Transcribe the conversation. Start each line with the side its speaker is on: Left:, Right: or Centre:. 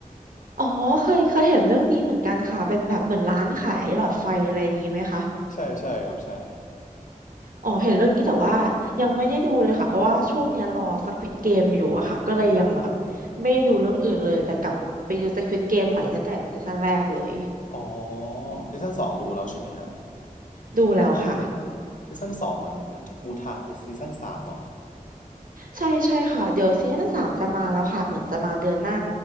Right: อ๋อเคยเคยเห็นเรื่องนี้เหมือนกันค่ะเป็นแบบเหมือนร้านขายหลอดไฟอะไรอย่างนี้ไหมคะ
Left: ใช่ใช่ครับใช่
Right: อ๋อเห็นเรื่องนี้แต่ว่ายังไม่ได้ดูเลยค่ะเพราะว่าช่วงเนี้ยรอ Squid Game อยู่อะค่ะก็เลยยังแบบไม่ได้ดูเรื่องอื่นเลยแต่กลับไปดู Squid Game ใหม่ตั้งแต่ซีซั่นแรกเลย
Left: อ๋อซีซั่นสองดูแล้วใช่ไหมฮะ
Right: ดูแล้วค่ะ
Left: ซีซั่นสองเหมือนเหมือนจะปูทางไปซีซั่นสามเนาะ
Right: ใช่ใช่ค่ะเดี๋ยวซีซั่นสามจะมาแล้วค่ะเหมือนจะมาเดือนหน้า